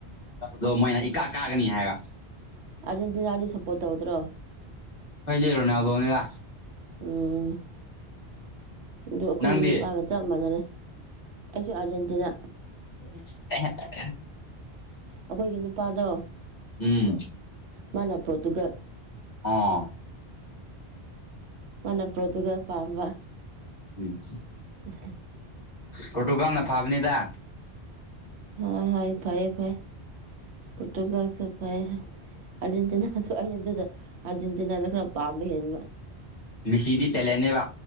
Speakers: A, on the left; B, on the right.
A: ꯗꯣ ꯃꯣꯏꯅ ꯏꯀꯥ ꯀꯥꯒꯅꯤ ꯍꯥꯏꯕ
B: ꯑꯥꯔꯖꯦꯟꯇꯤꯅꯥꯗꯤ ꯁꯞꯄꯣꯔꯠ ꯇꯧꯗ꯭ꯔꯣ
A: ꯍꯩꯖꯔꯣꯅꯦ ꯂꯣꯅꯤꯗ
B: ꯎꯝ ꯑꯗꯨ ꯑꯩꯈꯣꯏꯒꯤ
A: ꯅꯪꯗꯤ
B: ꯅꯨꯄꯥꯒ ꯆꯞ ꯃꯥꯟꯅꯔꯦ ꯑꯩꯁꯨ ꯑꯥꯔꯖꯦꯟꯇꯤꯅꯥ
A: <inaudible>
B: ꯑꯩꯈꯣꯏꯒꯤ ꯅꯨꯄꯥꯗꯣ
A: ꯎꯝ
B: ꯃꯥꯅ ꯄꯣꯔꯇꯨꯒꯜ
A: ꯑꯣ
B: ꯃꯅ ꯄ꯭ꯔꯗꯨꯒ ꯄꯥꯝꯝꯕ
A: ꯎꯝ
B: ꯎ
A: ꯐꯣꯇꯣꯀꯜꯅ ꯐꯥꯕꯅꯤꯗ
B: ꯍꯣꯏ ꯍꯣꯏ ꯐꯩꯌꯦ ꯐꯌꯦ ꯄꯣꯔꯇꯨꯒꯜꯁꯨ ꯐꯌꯦ ꯑꯥꯔꯖꯦꯟꯇꯤꯅꯥꯁꯨ ꯑꯩꯅ ꯑꯗꯨꯗ ꯑꯥꯔꯖꯦꯟꯇꯤꯅꯥꯅ ꯈꯔ ꯄꯥꯝꯕ ꯍꯦꯟꯕ
A: ꯃꯤꯁꯤꯗꯤ ꯇꯦꯂꯦꯟꯅꯦꯕ